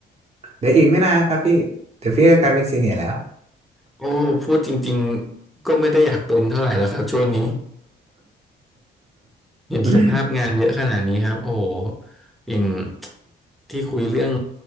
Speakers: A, on the right; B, in the centre.
A: เดี๋ยวอีกไม่นานครับพี่เดี๋ยวพี่ก็กลายเป็นซีเนียร์แล้ว
B: โอ้พูดจริงๆก็ไม่ได้อยากเป็นเท่าไหร่แล้วครับช่วงนี้ เห็นสภาพงานเยอะขนาดนี้ครับโอ้โห
A: <laughs>
B: อย่างที่คุยเรื่อง